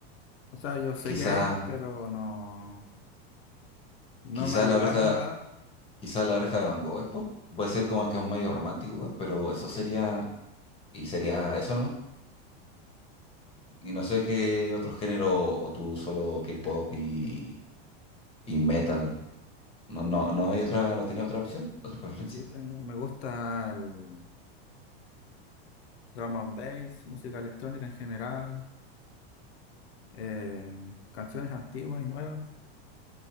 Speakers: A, on the left; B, on the left.
A: O sea, yo sé
B: Quizá,
A: que hay, pero no, no
B: quizá
A: me ha llegado
B: la oreja
A: a mi radar.
B: Quizás la oreja de Van Gogh es pop. Puede ser como que es un medio romántico, pues, pero eso sería.
A: Sí,
B: Y sería eso nomás. Y no sé qué otro género, o tú solo K-pop y, y metal. No, no, no hay otra, no tiene otra opción, otra preferencia.
A: sí, tengo- me gusta el drum and bass, música electrónica en general, eh, canciones antiguas y nuevas.